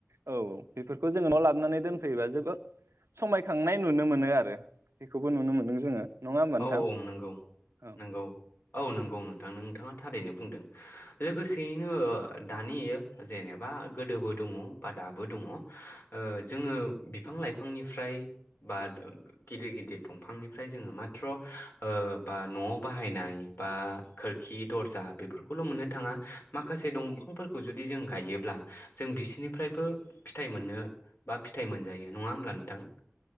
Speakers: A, on the right (about 80°); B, on the left (about 55°).
A: औ औ बेफोरखौ जोङो न' लाबनानै दोनफैयोबा जोबोद समायखांनाय नुनो मोनो आरो बेखौबो नुनो मोनदों जोङो नङा होमबा नोंथां
B: औ औ नंगौ
A: औ
B: नंगौ औ नंगौ नोंथां नों थाङा थारैनो बुंदों लोगोसेयैनो दानि जेनेबा गोदोबो दङ बा दाबो दङ ओ जोङो बिफां लाइफांनिफ्राय बा गिदिर गि दिर दंफांनिफ्राय जोङो मा थ' ओ बा न'आव बाहायनाय बा खोरखि दर्जा बेफोरखौल' मोननो थाङा माखासे बे दंफांफोरखौ जुदि जों गायोब्ला जों बिसोरनिफ्रायबो फिथाइ मोननो बा फिथाइ मोनजायो नङा होमब्ला नोंथां